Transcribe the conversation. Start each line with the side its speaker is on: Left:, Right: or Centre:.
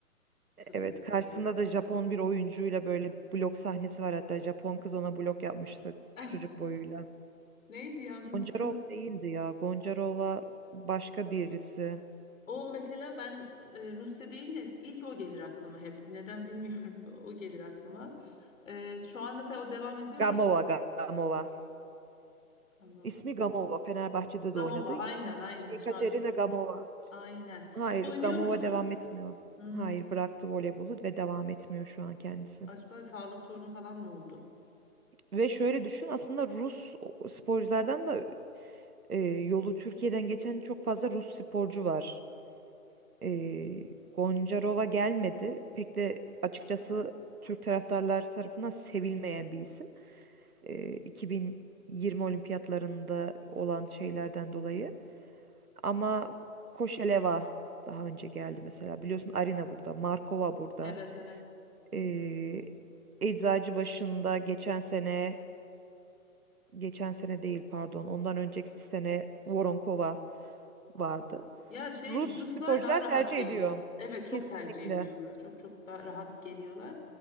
Left: Sıfır.
Right: evet karşısında
Left: <laughs> Yani.
Right: da Japon bir oyuncuyla böyle blok sahnesi var hatta Japon kız ona blok yapmıştı
Left: Eh,
Right: küçücük boyuyla.
Left: neydi yanlış
Right: Goncarova
Left: ismini unuttum.
Right: değildi ya. Goncarova başka birisi.
Left: O mesela ben e, Rusya deyince ilk o gelir aklıma hep. Neden bilmiyorum hep o gelir aklıma. E, şu an mesela o devam ediyor
Right: Gamova,
Left: mu?
Right: Gamova.
Left: Gamova.
Right: İsmi Gamova. Fenerbahçe'de
Left: Gamova
Right: de oynadı.
Left: aynen aynen
Right: Yekaterina
Left: şu an
Right: Gamova.
Left: aynen.
Right: Hayır,
Left: O oynuyor
Right: Gamova
Left: mu şu
Right: devam
Left: an?
Right: etmiyor.
Left: Hmm,
Right: Hayır, bıraktı voleybolu ve devam etmiyor şu an kendisi.
Left: acaba sağlık sorunu falan mı oldu?
Right: Ve şöyle düşün aslında Rus o- sporculardan da e, yolu Türkiye'den geçen çok fazla Rus sporcu var. E, Goncarova gelmedi. Pek de açıkçası Türk taraftarlar tarafından sevilmeyen bir isim. E, 2020 olimpiyatlarında olan şeylerden dolayı. Ama Koşeleva daha önce geldi mesela. Biliyorsun Arina burada, Markova burada.
Left: Evet evet.
Right: Ee, Eczacıbaşı'nda geçen sene, geçen sene değil pardon, ondan önceki sene Voronkova vardı.
Left: Ya şey
Right: Rus
Left: Ruslar
Right: sporcular
Left: daha rahat
Right: tercih
Left: geliyor.
Right: ediyor.
Left: Evet çok
Right: Kesinlikle
Left: tercih ediyorlar. Çok çok daha rahat geliyorlar.